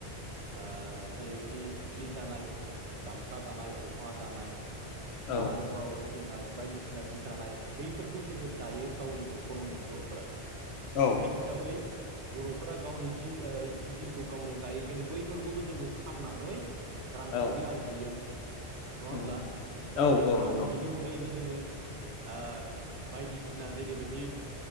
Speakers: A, on the right (about 85°); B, on the left (about 70°).
A: ओ जेरैबायदि जि दानाय गामसा दानाय, दख'ना दानाय।
B: औ
A: आरोबाव ज जोंहा बायदिसिना जि दानाय बैफोरखौ जोङो दायो गावनि न'खरावनो बर'फोरा।
B: औ
A: दा बेस हिसाबै बर'फोरा गावनि जि ओ जि जोमखौ गावनो दायैखायनो बैफोरखौबो जोङो फानना रांखावरि
B: औ
A: आरजियो नङा होमब्ला
B: उम
A: दा
B: औ
A: बे
B: औ नंगौ
A: आरो बेनि अनगायैबो जोङो ओ बायदिसिना जेरैबायदि